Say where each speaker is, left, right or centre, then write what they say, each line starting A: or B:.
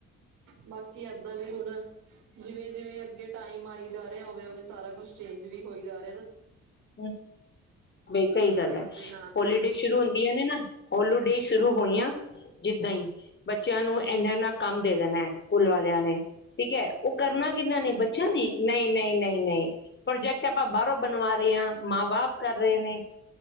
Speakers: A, on the right (about 85°); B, on the left (about 35°).
A: ਬਾਕੀ ਏਦਾਂ ਵੀ ਹੁਣ ਜਿਵੇਂ ਜਿਵੇਂ ਅੱਗੇ ਟਾਈਮ ਆਈ ਜਾ ਰਿ ਓਵੇਂ ਓਵੇਂ ਸਾਰਾ ਕੁਛ ਚੇਂਜ ਵੀ ਹੋਈ ਜਾ ਰਿ
B: ਨਹੀਂ ਬਈ ਸਹੀ
A: ਟਾਈਮ
B: ਗੱਲ ਹੈ,
A: ਦੇ ਨਾਲ
B: ਹੋਲੀਡੇ ਸ਼ੁਰੂ ਹੁੰਦੀਆ ਨੇ ਨਾ ਹੋਲੋ ਡੇ ਸ਼ੁਰੂ ਹੋਈਆਂ ਜਿੱਦਾਂ ਹੀ ਬੱਚਿਆਂ ਨੂੰ ਐਨਾ ਐਨਾ ਕੰਮ ਦੇ ਦੇਣਾ ਸਕੂਲ ਵਾਲਿਆਂ ਨੇ ਠੀਕ ਹੈ, ਉਹ ਕਰਨਾ
A: ਹਾਂਜੀ
B: ਕਿਹਨਾ ਨੇ ਬੱਚਿਆਂ ਨੇ ਨਹੀਂ ਨਹੀਂ ਨਹੀਂ ਨਹੀਂ ਪ੍ਰੋਜੈਕਟ ਆਪਾਂ ਬਾਹਰੋਂ। ਬਣਵਾ ਰਹੇ, ਆ ਮਾਂ ਬਾਪ ਕਰ ਰਹੇ ਨੇ